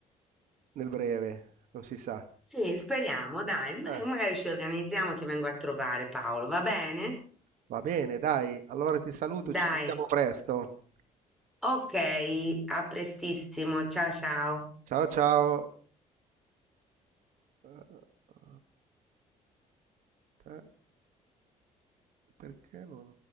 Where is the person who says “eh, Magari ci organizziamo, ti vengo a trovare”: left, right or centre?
Centre